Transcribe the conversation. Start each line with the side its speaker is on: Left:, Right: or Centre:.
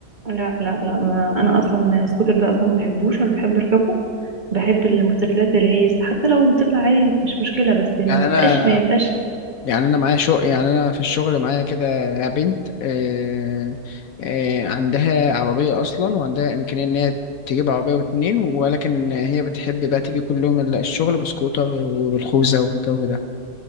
Right: لا لا لا ما انا اصلا السكوتر ده اصلا ما بحبوش ولا بحب اركبه بحب الموتوسيكلات الريس حتى لو موتوسيكل عادي مش مشكله بس ما
Left: يعني
Right: بيبقاش
Left: انا
Right: ما يبقاش
Left: يعني انا معايا شغل يعني انا في الشغل معايا كده بنت آه آه عندها عربيه اصلا وعندها امكانيه ان هي تجيب عربيه واتنين ولكن هي بتحب بقى تيجي كل يوم ال- الشغل بسكوتر وبالخوذه والجو ده